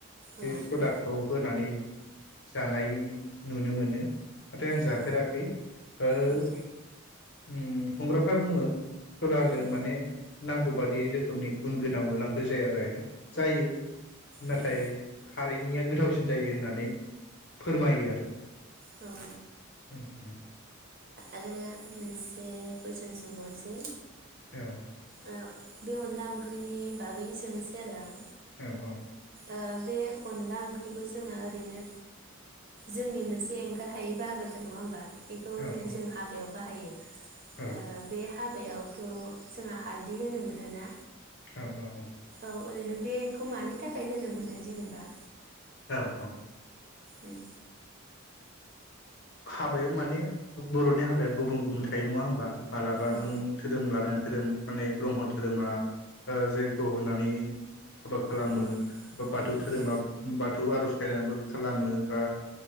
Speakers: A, on the left; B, on the right.
A: बे
B: औ
A: सदाखौ
B: औ
A: होनानै जानाय नुनो मोनो नाथाय आं जाफेराखै
B: औ
A: ओ
B: उम
A: उम संग्राफ्रा बुङो सदाजों
B: औ
A: माने नांगौ बादि रोखोमनि गुन गोनां उनलांख्रि जाया जाहैदों जायो नाथाय
B: उम
A: खारैनिया गोथावसिन जायो होननानै फोरमायो आरो।
B: औ
A: उम उम
B: आरो मोनसे कुइसन सोंबावनोसै
A: औ
B: ओ बे अनला ओंख्रिनि बागैनो सोंसै आरो आं
A: औ औ
B: ओ बे अनला ओंख्रिखौ जोङो ओरैनो जोंनि मोनसे एंखारार हायै बाहागोथार नङा होमबा? बेखौ
A: औ
B: जेन जों हाबायाव बाहायो ओ
A: औ
B: बे हाबायाव थ' जोंहा हालदै होनो मोन ना
A: औ औ
B: औ ओरैनो बे खौ मानि थाखाय होनो मोना? जेनेबा
A: औ औ ओ
B: उम
A: हाबायाव माने बर'नि हाबाया गुबुन गुबुन थायो नङा होनबा मालाबा
B: औ
A: नों धोरोम लानानै धोरोम माने ब्रह्म धोरोमा ओ जयग' होनानै हाबा खालामो
B: औ
A: बा बाथौ
B: उम
A: धोरोमा
B: उम
A: बा थ' आर'ज गायनानैबो खालामो बा